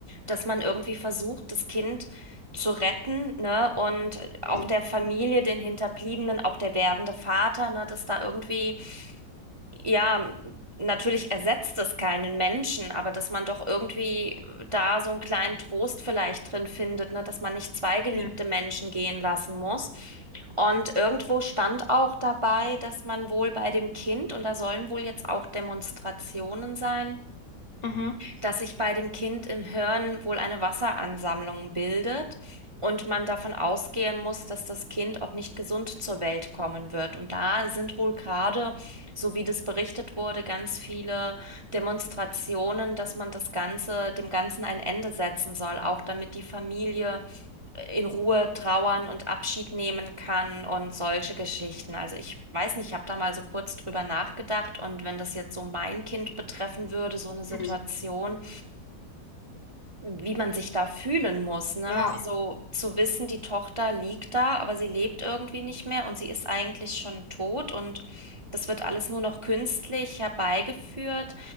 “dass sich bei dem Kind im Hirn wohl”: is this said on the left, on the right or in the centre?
Right